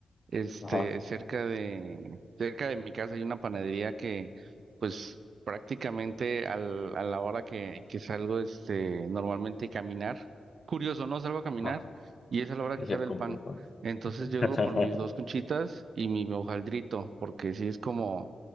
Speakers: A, on the right; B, on the left.
A: Este,
B: ajá,
A: cerca de, cerca de mi casa hay una panadería que, pues, prácticamente al- a la hora que, que salgo, este, normalmente a caminar. Curioso, ¿no? Salgo a caminar
B: ajá.
A: y es a la hora
B: Ya
A: que sale
B: comportó.
A: el pan. Entonces
B: <laughs>
A: llego
B: Ajá,
A: por mis dos conchitas y mi hojaldrito, porque si es como,